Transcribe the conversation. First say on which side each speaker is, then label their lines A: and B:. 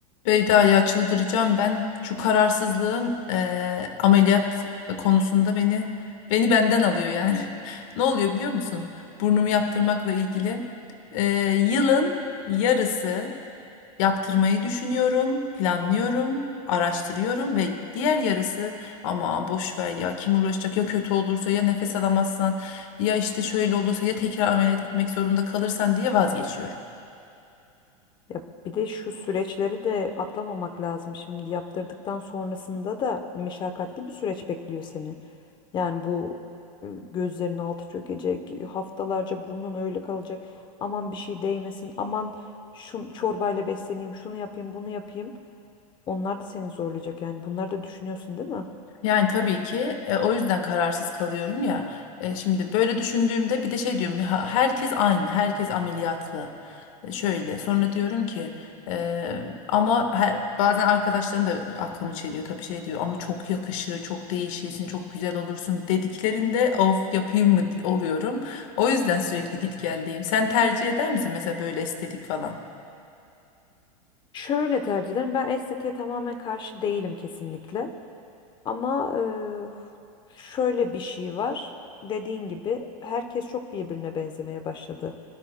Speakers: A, on the left (about 60°); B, on the left (about 25°).
A: Beyda ya çıldıracağım ben şu kararsızlığım eee, ameliyat konusunda beni beni benden alıyor yani. <laughs> Ne oluyor biliyor musun? Burnumu yaptırmakla ilgili eee, yılın yarısı yaptırmayı düşünüyorum, planlıyorum, araştırıyorum ve diğer yarısı aman boş ver ya kim uğraşacak ya kötü olursa ya nefes alamazsan ya işte şöyle olursa ya tekrar ameliyat etmek zorunda kalırsan diye vazgeçiyorum.
B: Ya bir de şu süreçleri de atlamamak lazım. Şimdi yaptırdıktan sonrasında da meşakkatli bir süreç bekliyor seni. Yani bu e, gözlerinin altı çökecek, haftalarca burnun öyle kalacak. Aman bir şey değmesin, aman şu çorbayla besleneyim, şunu yapayım, bunu yapayım. Onlar da seni zorlayacak yani. Bunları da düşünüyorsun değil mi?
A: Yani tabii ki e, o yüzden kararsız kalıyorum ya. E, şimdi böyle düşündüğümde bir de şey diyorum ya herkes aynı, herkes ameliyatlı. E, şöyle sonra diyorum ki e, ama her, bazen arkadaşlarım da aklımı çeliyor tabii şey diyor ama çok yakışır, çok değişirsin, çok güzel olursun dediklerinde of yapayım mı oluyorum. O yüzden sürekli git geldeyim. Sen tercih eder misin mesela böyle estetik falan?
B: Şöyle tercih ederim. Ben estetiğe tamamen karşı değilim kesinlikle. Ama eee, şöyle bir şey var. Dediğin gibi herkes çok birbirine benzemeye başladı.